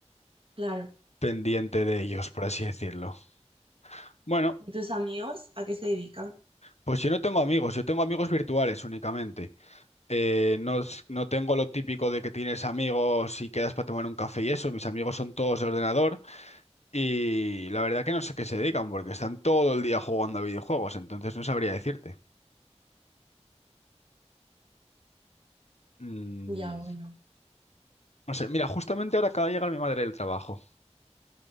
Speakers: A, on the right; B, on the left.
A: Claro.
B: pendiente de ellos, por así decirlo. Bueno,
A: ¿Y tus amigos a qué se dedican?
B: pues yo no tengo amigos, yo tengo amigos virtuales únicamente. eh, no, es- no tengo lo típico de que tienes amigos y quedas para tomar un café y eso. Mis amigos son todos de ordenador y la verdad que no sé qué se dedican porque están todo el día jugando a videojuegos, entonces no sabría decirte. Mm,
A: Ya, bueno.
B: no sé, mira, justamente ahora acaba de llegar mi madre del trabajo.